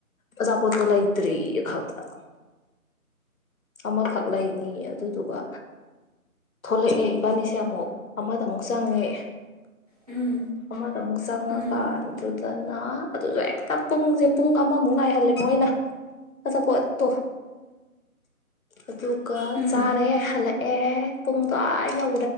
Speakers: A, on the left (about 65°); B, on the right (about 25°).
A: ꯑꯆꯥ ꯄꯣꯠꯇꯣ ꯂꯩꯇ꯭ꯔꯦꯌꯦ ꯈꯪꯉꯕ ꯑꯃꯈꯛ ꯂꯩꯅꯤ ꯑꯗꯨꯗꯨꯒ ꯊꯣꯛꯂꯛꯑꯦ ꯕꯥꯟꯅꯤꯁꯦ ꯑꯃꯨꯛ ꯑꯃ ꯇ ꯑꯃꯨꯛ ꯆꯪꯉꯦ
B: ꯎꯝ
A: ꯑꯃ ꯗ ꯃꯨꯛ ꯆꯪꯉꯒ
B: ꯎꯝ
A: ꯗꯅ ꯑꯗꯨꯁꯨ ꯍꯦꯛꯇ ꯄꯨꯡꯁꯦ ꯄꯨꯡ ꯑꯃꯃꯨꯛ ꯉꯥꯏꯍꯜꯂꯦ ꯃꯣꯏꯅ ꯑꯆꯥꯄꯣꯠ ꯄꯣ ꯑꯗꯨꯒ
B: ꯎꯝ
A: ꯆꯥꯔꯦ ꯍꯜꯂꯛ ꯑꯦ ꯄꯨꯡꯗ ꯑꯥ ꯌꯧ